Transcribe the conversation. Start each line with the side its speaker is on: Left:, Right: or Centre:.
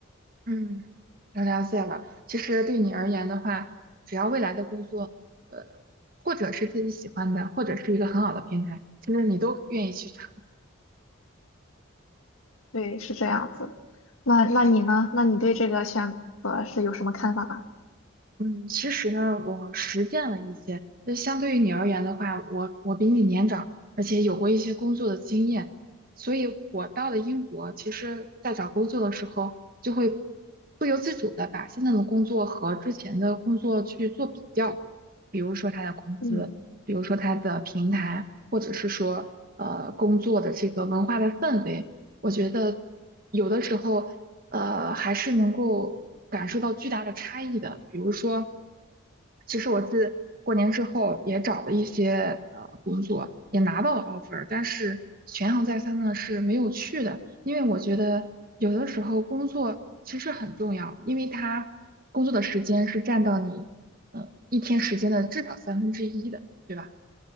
Right: 嗯，我了解了。其实对你而言的话，只要未来的工作，呃，或者是自己喜欢的，或者是一个很好的平台，其实你都愿意去尝
Left: <laughs> 对，是这样子。那那你呢？那你对这个选择是有什么看法？
Right: 嗯，其实呢，我实践了一些。就相对于你而言的话，我我比你年长，而且有过一些工作的经验，所以我到了英国，其实在找工作的时候，就会不由自主的把现在的工作和之前的工作去做比较，比如说它的工资，
Left: 嗯。
Right: 比如说它的平台，或者是说呃工作的这个文化的氛围。我觉得有的时候，呃，还是能够感受到巨大的差异的。比如说，其实我自过年之后也找了一些呃工作，也拿到了 offer，但是权衡再三呢是没有去的，因为我觉得有的时候工作其实很重要，因为它工作的时间是占到你呃一天时间的至少三分之一的，对吧？